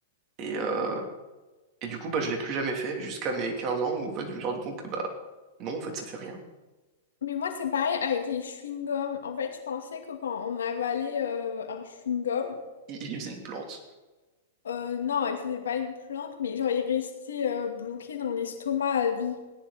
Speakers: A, on the right (about 40°); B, on the left (about 75°).
A: Et, euh, Et du coup, bah, je l'ai plus jamais fait jusqu'à mes 15 ans où en fait, je me suis rendu compte que bah non, en fait, ça fait rien.
B: Mais moi, c'est pareil avec les chewing-gums. En fait, je pensais que quand on avalait euh, un chewing-gum,
A: Il, il faisait une plante.
B: euh, non, il faisait pas une plante, mais genre, il restait euh, bloqué dans l'estomac à vie.